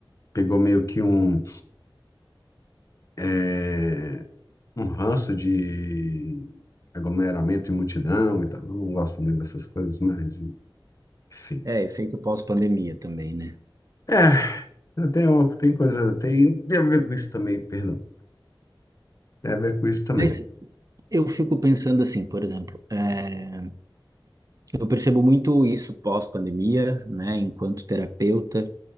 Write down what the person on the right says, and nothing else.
É, efeito pós-pandemia também, né?
Mas eu fico pensando assim, por exemplo, é, eu percebo muito isso pós-pandemia, né? Enquanto terapeuta,